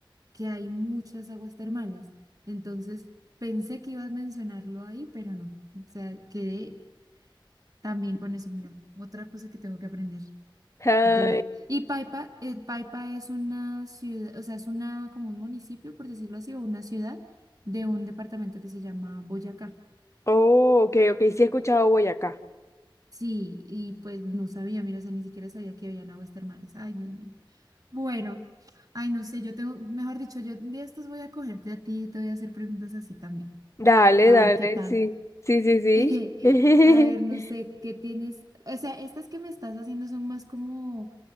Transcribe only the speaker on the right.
que hay muchas aguas termales. Entonces pensé que ibas a mencionarlo ahí, pero no. O sea, quedé también con eso. Mira, otra cosa que tengo que aprender.
De... Y Paipa, eh, Paipa es una ciudad, o sea, es una como un municipio, por decirlo así, o una ciudad de un departamento que se llama Boyacá.
Sí, y pues no sabía, mira, o sea, ni siquiera sabía que habían aguas termales. Ay, Dios mío. Bueno, ay, no sé, yo tengo, mejor dicho, yo de estos voy a cogerte a ti y te voy a hacer preguntas así también.
A
ver, ¿qué tal?
<laughs>
a ver, no
sé, ¿qué tienes? O sea, estas que me estás haciendo son más como